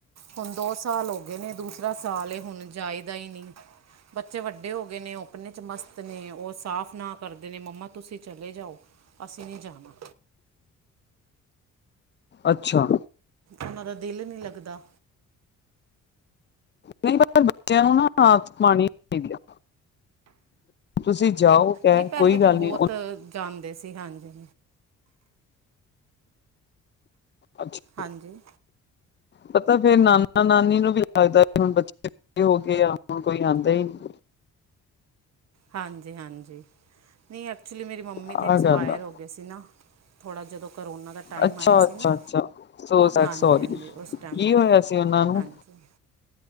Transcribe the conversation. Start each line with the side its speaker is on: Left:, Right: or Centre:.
Right: ਹੁਣ ਦੋ ਸਾਲ ਹੋ ਗਏ ਨੇ ਦੂਸਰਾ ਸਾਲ ਇਹ ਹੁਣ ਜਾਇਦਾ ਹੀ ਨਹੀਂ। ਬੱਚੇ ਵੱਡੇ ਹੋ ਗਏ ਨੇ ਓ ਆਪਨੇ ਚ ਮਸਤ ਨੇ ਉਹ ਸਾਫ਼ ਨਾ ਕਰਦੇ ਨੇ ਮੰਮਾ ਤੁਸੀਂ ਚਲੇ ਜਾਓ। ਅਸੀਂ ਨਹੀਂ ਜਾਣਾ।
Left: ਅੱਛਾ
Right: ਉਹਨਾਂ ਦਾ ਦਿਲ ਨੀ ਲੱਗਦਾ।
Left: ਨਹੀਂ ਬੱਚਿਆਂ ਨੂੰ ਨਾ ਆਦਤ ਪਾਣੀ ਚਾਹੀਦੀ ਆ। ਤੁਸੀਂ ਜਾਓ, ਕਹਿ
Right: ਨਹੀਂ ਪਹਿਲੇ
Left: ਕੋਈ
Right: ਤਾਂ
Left: ਗੱਲ
Right: ਬਹੁਤ
Left: ਨੀ
Right: ਜਾਂਦੇ ਸੀ ਹਾਂਜੀ।
Left: ਅੱਛਾ,
Right: ਹਾਂਜੀ,
Left: ਪਤਾ ਫੇਰ ਨਾਨਾ-ਨਾਨੀ ਨੂੰ ਵੀ ਲੱਗਦਾ, ਹੁਣ ਬੱਚੇ ਹੋ ਗਏ ਆ ਹੁਣ ਕੋਈ ਆਉਂਦਾ ਹੀ ਨਹੀਂ।
Right: ਹਾਂਜੀ-ਹਾਂਜੀ, ਨਹੀਂ ਐਕਚੁਲੀ ਮੇਰੀ ਮੰਮੀ ਤਾਂ
Left: ਆਹ
Right: ਐਕਸਪਾਇਰ
Left: ਗੱਲ ਆ
Right: ਹੋ ਗਏ ਸੀ ਨਾ। ਥੋੜ੍ਹਾ ਜਦੋਂ ਕਰੋਨਾ ਦਾ ਟਾਈਮ
Left: ਅੱਛਾ
Right: ਆਇਆ
Left: ਅੱਛਾ
Right: ਸੀ, ਨਾ
Left: ਅੱਛਾ ਸੋ ਸੈਡ
Right: ਹਾਂਜੀ-ਹਾਂਜੀ
Left: ਸੋਰੀ
Right: ਉਸ
Left: ਕੀ
Right: ਟਾਈਮ
Left: ਹੋਇਆ ਸੀ ਉਹਨਾਂ ਨੂੰ
Right: ਹਾਂਜੀ